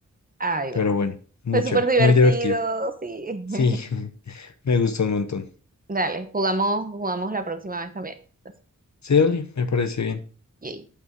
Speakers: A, on the right; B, on the left.
A: Ay,
B: Pero
A: bueno.
B: bueno, muy
A: Fue súper
B: chévere,
A: divertido,
B: muy divertido.
A: sí.
B: Sí,
A: <laughs>
B: <laughs> me gustó un montón.
A: Dale, jugamos, jugamos la próxima vez también. Entonces,
B: Sí, dale, me parece bien.
A: yay.